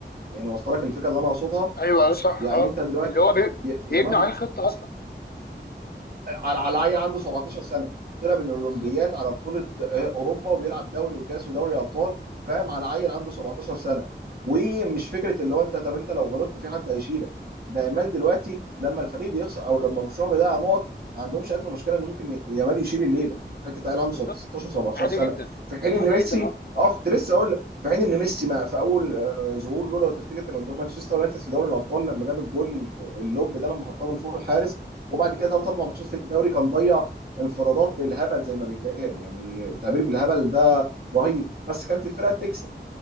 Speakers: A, on the right; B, on the left.
A: يعني وصلك الفكره اللي انا اقصدها
B: ايوه أيوة، صح
A: يعني
B: اه
A: انت دلوقتي
B: اللي هو بي...
A: ي-
B: بيبنوا
A: يامال
B: عليه الخطه اصلا
A: على على عيل عنده 17 سنه طلع من الاولمبيات
B: بالظبط
A: على بطوله آه، اوروبا وبيلعب دوري وكاس ودوري ابطال فاهم على عيل عنده 17 سنه ومش فكره اللي هو انت طب انت لو غلطت في حد هيشيلك ده يامال دلوقتي لما الفريق بيخسر او لما برشلونه بيضيع نقط ما عندهمش ادنى مشكله ان ممكن ي- يامال يشيل الليله حته عيل عنده
B: بالظبط
A: 16 17
B: عادي
A: سنه
B: جدا
A: في حين ان
B: عادي
A: ميسي
B: جدا اه
A: اه كنت لسه اقول لك في حين ان ميسي ما في اول آه، ظهور له لو تفتكر كان قدام مانشستر يونايتد في دوري الابطال لما جاب الجون آه، اللوب ده لما حطها من فوق الحارس وبعد كده ثلاث اربع ماتشات في الدوري كان ضيع انفرادات بالهبل زي ما بيتقال يعني التعبير بالهبل ده رهيب بس كانت الفرقه بتكسب